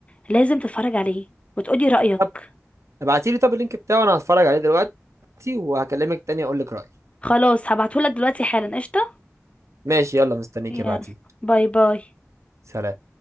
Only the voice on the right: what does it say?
طب ابعتيلي طب اللينك بتاعه انا هتفرج عليه دلوقتي وهكلمك تاني اقول لك رأيي
ماشي يلا مستنيك
ابعتيه
سلام